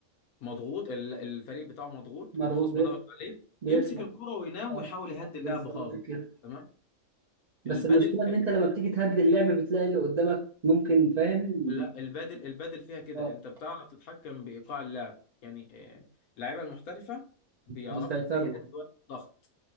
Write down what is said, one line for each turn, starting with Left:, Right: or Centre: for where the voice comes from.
Left: مضغوط ال- الفريق بتاعه مضغوط
Right: مضغوط
Left: والخصم
Right: بير
Left: ضغط عليه
Right: بيطلع
Left: يمسك الكوره وينام
Right: اه
Left: ويحاول يهدي اللعب
Right: بالظبط
Left: خالص
Right: كده
Left: تمام
Right: بس
Left: البادل
Right: المشكلة
Left: فيها
Right: إن أنت لما بتيجي تهدي اللعب بتلاقي اللي قدامك ممكن فاهم
Left: لا البادل البادل فيها كده
Right: اه
Left: انت بتعرف تتحكم بايقاع اللعب يعني آه، اللعيبه المحترفه بيعرفوا
Right: يسيطروا
Left: ازاي يهدوا الضغط